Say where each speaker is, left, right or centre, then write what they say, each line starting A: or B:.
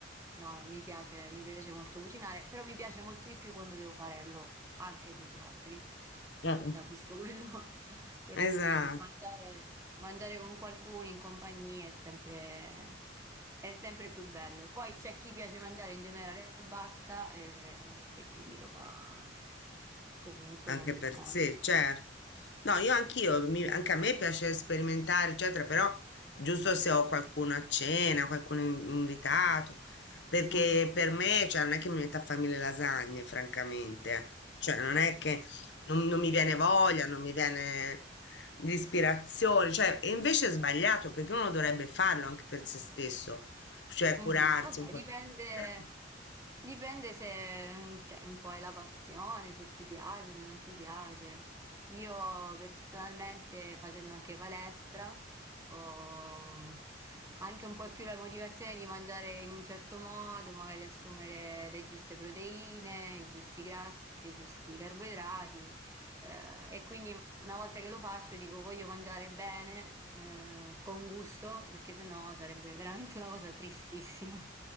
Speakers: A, on the right (about 15°); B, on the left (about 65°).
A: No, no, mi piace, mi piace molto cucinare, però mi piace molto di più quando devo farlo anche per gli altri. Quindi
B: Eh,
A: capisco quello. Quello
B: Esatto,
A: che dici tu, mangiare, mangiare con qualcuno in compagnia è sempre, è sempre più bello. Poi c'è chi piace mangiare in generale e basta, e, e quindi lo fa comunque
B: anche
A: in ogni
B: per
A: caso.
B: sé, certo. No, io anch'io, mi- anche a me piace sperimentare, eccetera, però giusto se ho qualcuno a cena, qualcuno in- invitato, perché
A: Mhm.
B: per me, cioè, non è che mi metta a fare mille lasagne, francamente, eh. Cioè, non è che non, non mi viene voglia, non mi viene l'ispirazione, cioè, e invece è sbagliato, perché uno dovrebbe farlo anche per se stesso, cioè
A: Mh-mh.
B: curarsi
A: Vabbè
B: un po'.
A: dipende
B: Però-
A: dipende se, mhmm, cioè un po' è la passione, se ti piace, se non ti piace. Io personalmente facendo anche palestra, ho anche un po' più la motivazione di mangiare in un certo modo, magari assumere le giuste proteine, i giusti grassi, i giusti carboidrati, ehm, e quindi una volta che lo faccio dico voglio mangiare bene, eh, con gusto, perché sennò sarebbe veramente una cosa tristissima.